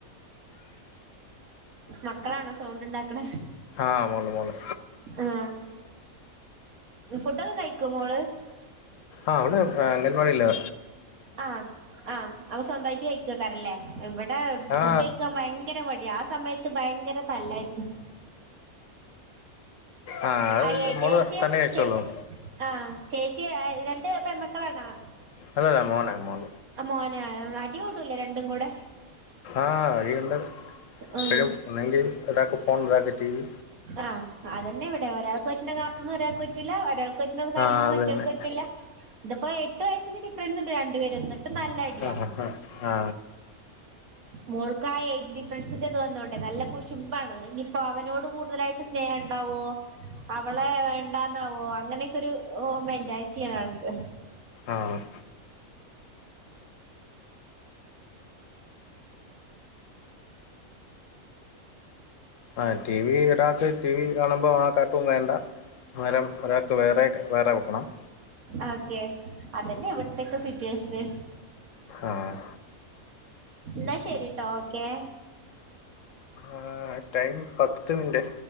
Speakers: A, on the right; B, on the left.
A: മക്കളാണോ സൗണ്ട്ണ്ടാക്ക്‌ണ്
B: ആഹ് മോള് മോള്
A: ഏഹ് ഫുഡൊക്കെ കയിക്കൊ മോള്
B: ആഹ് അവള് എഹ് അംഗൻവാടിലാ
A: ആഹ് ആഹ് അപ്പൊ സ്വന്തായിറ്റ് കഴിക്കോക്കാരല്ലേ ഇവടെ
B: ആ
A: ഫുഡയ്ക്കാം ഭയ ങ്കര മട്യാ ആഹ് സമയത്ത് ഭയങ്കര തല്ലായിര്ക്കും
B: ആ അത്
A: അയെ
B: മോള്
A: ചേച്യേ
B: തന്നെ കഴിച്ചോളും
A: ചെ ആഹ് ചേച്ച്യേ രണ്ട് പെമക്കളാണോ
B: അല്ല ല്ല മോനാ മോൻ
A: അമോനാ അടികൂടുലേ രണ്ടും കൂടെ
B: ആഹ് അടിയുണ്ട്
A: ഉം
B: പ്പഴും ഒന്നെങ്കിൽ രണ്ടാക്കും ഫോൺ ഒരാക്ക് ടി വി
A: ആഹ് അതന്നെ ഇവിടെ ഒരാൾക്ക് പറ്റ്ന്ന കാർട്ടൂണ് ഒരാൾക്ക് പറ്റുലാ ഒരാ കൊച്ണ കാര്യങ്ങളും
B: ആ അത്
A: മറ്റൊൽക്
B: തന്നെ
A: പറ്റുല്ല ത്പ്പോ എട്ട് വയസ്സിന്റെ ഡിഫ്റൻസ്ണ്ട് രണ്ട് പേരും ന്ന് ട്ട്നല്ല അട്യാ
B: ആ ആ
A: മോൾക്കാ ഏജ് ഡിഫ്രൻസിന്റെത് വന്നോണ്ടേ നല്ല കുശുംബാണ് ഇനിപ്പോ അവനോട് കൂ ട്തലായിട്ട് സ്നേഹണ്ടാവോ അവളെ വേണ്ടതാവോ അങ്ങനെയൊക്കെരു മെന്റാൽറ്റ്യാ ആൾക്ക്
B: ആഹ് ആഹ് ടി വി ഒരാക് ടി വി കാണുമ്പോ ആഹ് കാർട്ടൂൻ വേണ്ട മരം ഒരാൾക്ക് വേറെ വേറെ വെക്കണം
A: ഒക്കെ അതന്നേ എവിട്ത്തെക്കെ സിറ്റുവേഷ്ന്
B: ആഹ്
A: ന്നാ ശരിട്ടോ ഓക്കെ
B: ആഹ് ടൈം പത്ത് മിൻൻ്റ്